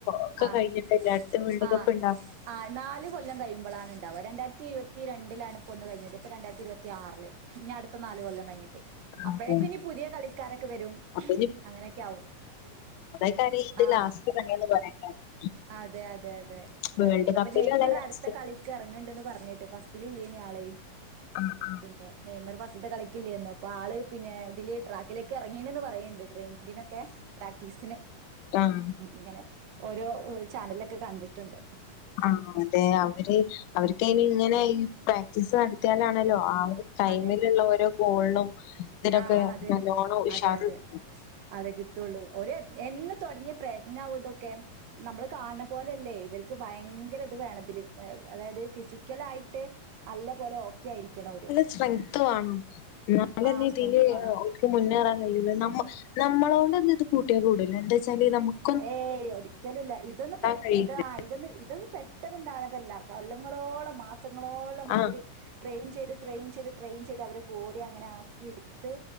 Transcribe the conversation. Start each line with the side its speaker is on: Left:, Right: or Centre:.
Left: ഒക്കെ
Right: ആഹ്
Left: കഴിഞ്ഞട്ടല്ലെ അട്ത്ത വേൾഡ്
Right: ആഹ്
Left: കപ്പ് ണ്ടാവു
Right: ആഹ് നാല് കൊല്ലം കഴിയുമ്പളാണ് ണ്ടാവ രണ്ടായിരത്തി ഇരുപത്തി രണ്ടിലാണ് ഇപ്പൊ ഒന്ന് കയ്ഞ്ഞത് ഇപ്പോ രണ്ടായിരത്തി ഇരുപത്തി ആറില് ഇനി അടുത്ത നാല് കൊല്ലം കഴിഞ് ട്ട്
Left: അതെ
Right: അപ്പഴേക്കും ഇനി പുതിയ കളിക്കാരൊക്കെ വെരും
Left: അപ്പൊ
Right: അങ്ങനെയൊക്കെ ആവും
Left: താരാ ഇത്
Right: ആഹ്
Left: ലാസ്റ്റ് കളിയാന്ന് പറയാൻ കാരണം
Right: അതെ അതെ അതെ
Left: വേൾഡ്
Right: അതെ എനിപ്പൊ
Left: കപ്പിലല്ല
Right: നെയ്മറ്
Left: ലാസ്റ്റ്
Right: അടുത്ത കളി ച്ച് എറങ്ണ്ട്ന്ന് പർഞേട്ട് ഫസ്റ്റിലില്ലേനു ആള്
Left: ആഹ് ആഹ്
Right: പിന്നെ നെയ്മറ് ഫസ്റ്റ്ത്തെ കളിക്കില്ലേന്നു പ്പാള് പിന്നെ ഇതില് ട്രാക്കിലേക്കെറങ്ങീണ്ന്ന് പറയിണ്ട് ട്രെയിൻ ഇതിനൊക്കെ പ്രാക്ടീസിന്
Left: ആഹ്
Right: ഇങ്ങനെ ഓരോ ചാനലൊക്കെ കണ്ട്ട്ട്ണ്ട്
Left: ആഹ് അതെ അവര് അവര്ക്ക്യ്ന് ഇങ്ങനെ ഇ പ്രാ ക്ടീസ് നടത്തിയാലാണല്ലോ ആള് ടൈമില്ള്ള
Right: അതെ
Left: ഓരോ ഗോളിനും ഇതിനൊക്കെ
Right: ആഹ് അതെ
Left: നല്ലോണം ഉഷാറ്
Right: അതെ അതെ
Left: കിട്ടും
Right: അതെ കിട്ടൊള്ളു ഒര് എന്ന് തൊടങ്ങ്യ പ്രയത്നമാവും ഇതൊക്കെ നമ്മള് കാണണ പോലല്ലേ ഇവർക്ക് ഭയങ്കര ഇത് വേണതില് അതായത് ഫിസിക്കലായി ട്ട് നല്ല പോലെ ഓക്കെയായിരിക്കണം ഓര്
Left: സ്‌ട്രെങ്ത് വാണം ന്നാലെന്നെ
Right: ആഹ്
Left: ഇതില്
Right: സ്ട്രെങ്ത് വേണം.
Left: ക്ക് മുന്നേറാൻ കയ്യൊള്ളു നമ്മ നമ്മളോണ്ടൊന്നും ഇത് കൂട്ട്യാ കൂടുല്ല എന്താ ച്ചാല് നമു
Right: ഏയ് ഒരിക്കലും ല്ല ഇതൊന്ന് പെട്ട്
Left: കഴിയില്ല
Right: താ ഇതൊന്ന് ഇതൊന്ന് പെട്ട് ട്ടെന്ന്ണ്ടാവ്ണതല്ല കൊല്ലങ്ങളോളം മാസങ്ങളോളം
Left: ആഹ്
Right: അവര് ട്രെയിൻ ചെയ്ത് ട്രെയിൻ ചെയ്ത് ട്രെയിൻ ചെയ്ത് അവരെ ബോഡി അങ്ങനെ ആക്കി എടുത്ത്